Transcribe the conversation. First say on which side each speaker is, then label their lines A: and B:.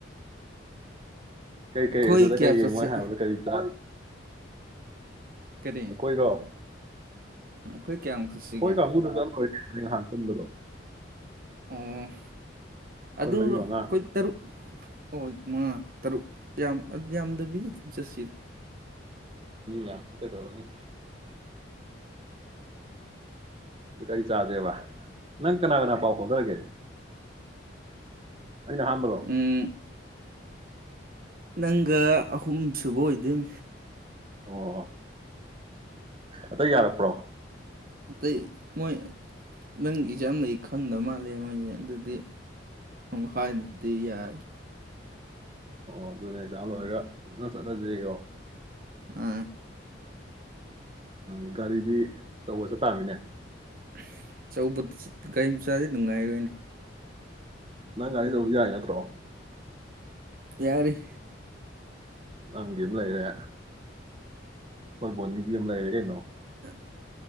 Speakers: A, on the right; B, on the right.
A: ꯀꯩꯀꯩ
B: ꯑꯩꯈꯣꯏ
A: ꯑꯗꯨꯗ
B: ꯀꯌꯥ
A: ꯀꯩ ꯌꯦꯡꯉꯣ
B: ꯆꯠꯁꯦ
A: ꯍꯥꯏꯕꯗ ꯀꯔꯤ ꯆꯥ
B: ꯀꯔꯤ
A: ꯑꯩꯈꯣꯏꯔꯣ
B: ꯑꯩꯈꯣꯏ ꯀꯌꯥꯃꯨꯛ ꯆꯠꯁꯤꯒꯦ
A: ꯍꯣꯏ ꯇꯝ ꯍꯗꯖꯜ ꯑꯣꯏ ꯍꯥꯟ ꯆꯗꯅꯣ
B: ꯑꯣ ꯑꯗꯨ
A: ꯃꯔꯤ
B: ꯑꯩꯈꯣꯏ
A: ꯃꯉꯥ
B: ꯇꯔꯨꯛ ꯑꯣ ꯃꯉꯥ ꯇꯔꯨꯛ ꯌꯥꯝꯌꯥꯝ ꯑꯗꯤ ꯑ ꯑꯃꯗꯕꯤ ꯆꯁꯤꯔ
A: ꯌꯥ ꯀꯦꯗꯧꯒꯦ ꯑ ꯀꯔꯤ ꯆꯥꯗꯦꯕ ꯅꯪ ꯀꯅꯥ ꯀꯅꯥ ꯄꯥꯎ ꯐꯥꯎꯅꯔꯒꯦ ꯑꯩꯅ ꯑꯍꯥꯟꯕꯗꯣ
B: ꯎꯝ ꯅꯪꯒ ꯑꯍꯨꯝꯁꯨꯨꯕ ꯑꯣꯏ ꯑꯗꯨꯝ
A: ꯑꯣ ꯑꯇ ꯌꯥꯔꯛꯄ꯭ꯔꯣ
B: ꯑꯇꯩ ꯃꯣꯏ ꯅꯪ ꯑꯦꯛꯖꯥꯝꯗ ꯈꯪꯗꯕ ꯃꯥꯜꯂꯦ ꯃꯣꯏꯁꯦ ꯑꯗꯨꯗꯤ ꯍꯥꯏꯗꯗꯤ ꯌꯥꯔꯦ
A: ꯑꯣ ꯑꯗꯨꯅꯦ ꯅꯍꯥꯟ ꯑꯣꯏꯔꯒ ꯐꯖꯅ ꯆꯠꯅꯗ꯭ꯔꯤꯀꯣ
B: ꯑ
A: ꯎ ꯒꯥꯔꯤꯗꯤ ꯑꯆꯧꯕ ꯆꯠ ꯇꯥꯃꯤꯅꯦ
B: <unintelligible> ꯑꯆꯧꯕꯗ ꯒꯥꯔꯤꯝꯆꯥꯗꯤ ꯅꯨꯡꯉꯥꯏꯔꯣꯏꯅꯤ
A: ꯅꯪ ꯒꯥꯔꯤꯗꯧꯗꯤ ꯌꯥꯏ ꯅꯠꯇ꯭ꯔꯣ
B: ꯌꯥꯔꯤ
A: ꯅꯪꯒꯤ ꯑꯃ ꯂꯩꯔꯦ ꯍꯣꯏ ꯕꯣꯅꯤꯒꯤ ꯑꯃ ꯂꯩꯔꯦ ꯀꯩꯅꯣ
B: <unintelligible>